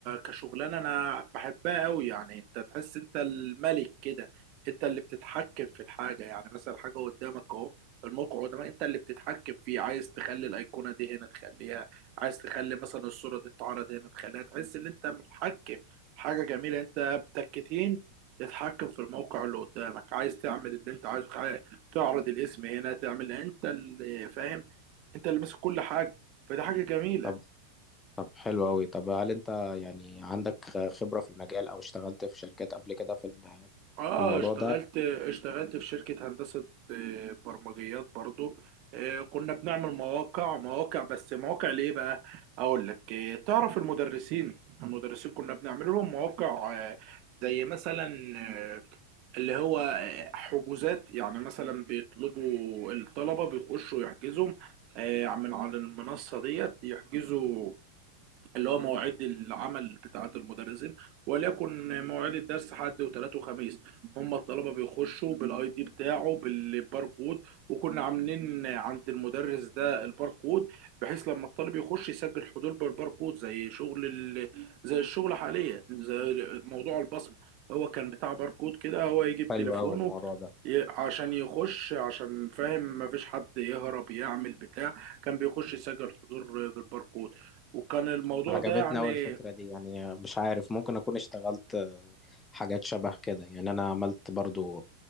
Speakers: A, on the right (about 40°); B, on the left (about 15°).
A: كشغلانه انا بحبها قوي يعني انت تحس انت الملك كده انت اللي بتتحكم في الحاجه يعني مثلا حاجه قدامك اهو الموقع قدامك انت اللي بتتحكم فيه عايز تخلي الايقونه دي هنا تخليها عايز تخلي مثلا الصوره دي تتعرض هنا تخليها تحس ان انت متحكم حاجه جميله انت بتكتين تتحكم في الموقع اللي قدامك عايز تعمل اللي انت عايزه عايز تعرض الاسم هنا تعمل انت اللي فاهم انت اللي ماسك كل حاجه فدي حاجه جميله
B: طب طب حلو قوي طب هل انت يعني عندك خبره في المجال او اشتغلت في شركات قبل كده في ال-
A: اه
B: في الموضوع
A: اشتغلت
B: ده
A: اشتغلت في شركة هندسة آه، برمجيات برضو آه، كنا بنعمل مواقع مواقع بس مواقع ليه بقى اقول لك آه، تعرف المدرسين المدرسين كنا بنعمل لهم مواقع آه، زي مثلا آه، اللي هو آه، حجوزات يعني مثلا بيطلبوا الطلبة بيخشوا يحجزوا آه، من على المنصة ديت يحجزوا اللي هو مواعيد العمل بتاعت المدرسين وليكن مواعيد الدرس حد وثلاث وخميس هم الطلبه بيخشوا بالاي دي بتاعه بالباركود وكنا عاملين عند المدرس ده الباركود بحيث لما الطالب يخش يسجل حضور بالباركود زي شغل ال... زي الشغل حاليا زي موضوع البصمه هو كان بتاع باركود كده هو يجي بتليفونه
B: حلو قوي الموضوع ده
A: ي- عشان يخش عشان فاهم مفيش حد يهرب يعمل بتاع كان بيخش يسجل حضور بالباركود وكان الموضوع
B: عجبتني
A: ده يعني
B: أوي الفكرة دي يعني مش عارف ممكن أكون اشتغلت آه، حاجات شبه كده يعني أنا عملت برضو